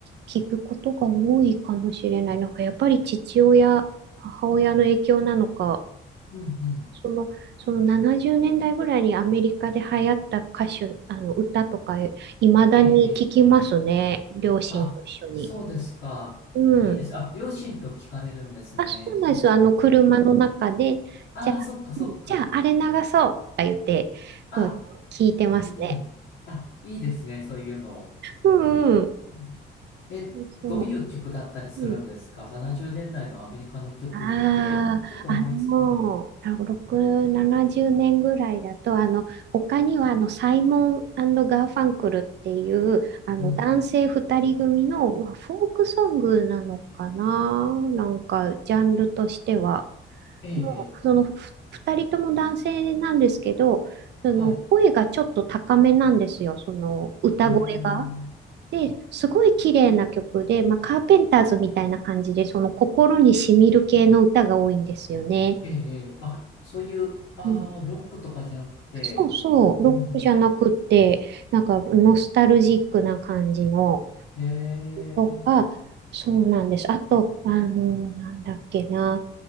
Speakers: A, on the right; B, on the left.
A: き聞くことが多いかもしれない。なんかやっぱり父親、母親の影響なのか、
B: うん、うん。
A: その、その70年代ぐらいにアメリカで流行った歌手、あの歌とか、いまだに聞きますね。
B: ええ、ええ。
A: 両親と一緒に。
B: あ、そうですか。
A: うん。
B: いいです。あ、両親と聞かれるんですね。
A: あ、そうなんです。
B: いいなって。
A: あの、車の中で、
B: ああ、
A: じゃあ、
B: そっか、そっか。
A: うんじゃあ、あれ流そうとか言って、
B: あ、
A: うん聞いてますね。
B: うん、うん。あ、いいですね。そういうの。
A: うんうん。
B: うんえ、
A: そうそ
B: どういう曲だったりするんですか
A: う。うん
B: ?70 年代のアメリカの曲って、
A: ああ、
B: ちょっと思いつかない。
A: あの、6、70年ぐらいだと、あの、他には、あの、サイモンガーファンクルっていう、あの、
B: うんうん。
A: 男性2人組の、まあフォークソングなのかななんか、ジャンルとしては。
B: ええ、
A: もう、
B: ええ
A: その、ふ2人とも男性なんですけど、その、
B: はい。
A: 声がちょっと高めなんですよ、その、歌声が。
B: ええ、
A: で、すごい綺麗な曲で、まあ、カーペンターズみたいな感じで、その心に染みる系の歌が多いんですよね。
B: ええ、ええあ、そういう、ああ、
A: うん、
B: ロックとかじゃなくて、
A: そうそう、
B: うんうん。
A: ロックじゃなくって、なんかノスタルジックな感じの
B: ええ、
A: とか、そうなんです。あと、あの、なんだっけな、